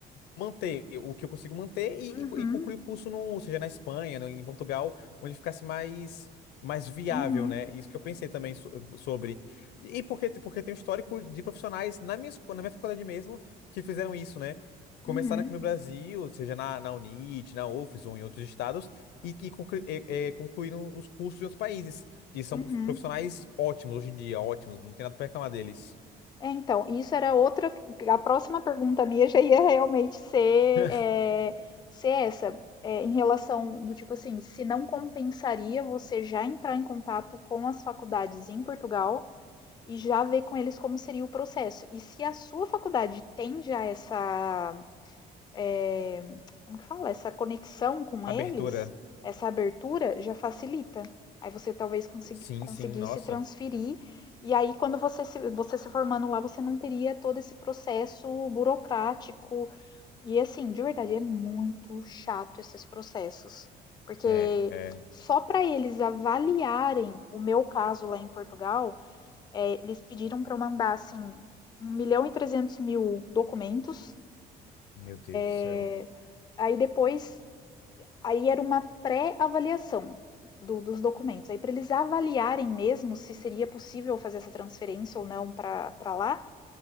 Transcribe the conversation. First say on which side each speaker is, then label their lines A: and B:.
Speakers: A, on the left; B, on the left.
A: manter o que eu consigo manter e,
B: uhum,
A: e, e concluir o curso no, seja na Espanha, no- em Portugal, onde ficasse mais mais viável,
B: uhum,
A: né? Isso que eu pensei também so- sobre. E porque, porque tem um histórico de profissionais na minha, esco- na minha faculdade mesmo que fizeram isso, né? Começaram
B: uhum,
A: aqui no Brasil, seja na, na UNIT, na UFES ou em outros estados, e, e, conclu- e- é, concluíram os cursos de outros países. E são
B: uhum.
A: prof- profissionais ótimos hoje em dia, ótimos, não tem nada para reclamar deles.
B: É, então, isso era outra a próxima pergunta minha já ia realmente ser,
A: <laughs>
B: é ser essa, eh, em relação do tipo assim, se não compensaria você já entrar em contato com as faculdades em Portugal e já ver com eles como seria o processo. E se a sua faculdade tem já essa eh, como que fala? Essa conexão com
A: Abertura.
B: eles, essa abertura já facilita. Aí você talvez consegui-
A: Sim,
B: conseguisse
A: sim, nossa.
B: transferir, e aí quando você se, você se formando lá, você não teria todo esse processo burocrático. E assim, de verdade, é muito chato esses processos. Porque
A: É, é.
B: só para eles avaliarem o meu caso lá em Portugal, eh, eles pediram para eu mandar assim um milhão e trezentos mil documentos.
A: Meu Deus do céu.
B: É, Aí depois Aí era uma pré-avaliação do- dos documentos. Aí, para eles avaliarem mesmo se seria possível fazer essa transferência ou não para lá,